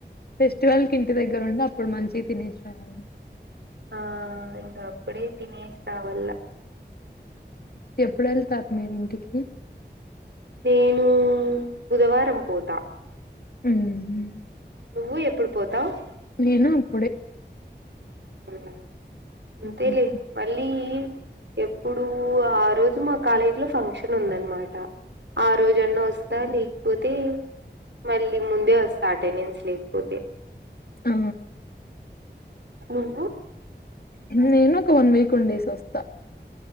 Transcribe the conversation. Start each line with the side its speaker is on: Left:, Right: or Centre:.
Left: ఫెస్టివల్ కి ఇంటి దగ్గర ఉండి అప్పుడు మంచి తినెశ్న ఏం కాదులే
Right: ఆ ఇంకా అప్పుడే తినేష్ రావల్ల
Left: ఎప్పుడు వెళ్తారు మీరూ ఇంటికి
Right: నేను బుధవారం పోత
Left: ఉహ్
Right: నువ్వు ఎప్పుడు పోతావు్
Left: నేనా అప్పుడే
Right: స ఎంతేలే
Left: హ్మ్.
Right: మళ్ళీ ఎప్పుడు ఆ రోజు మా కాలేజీ లో ఫంక్షన్ ఉందనమాట ఆ రోజన్న వస్తాలి కపోతే మళ్ళీ ముందే వస్తా అటెండెన్స్ లేకపోతే
Left: ఆ
Right: నును
Left: నేను ఒక వన్ వీక్ ఉండేసి వస్తా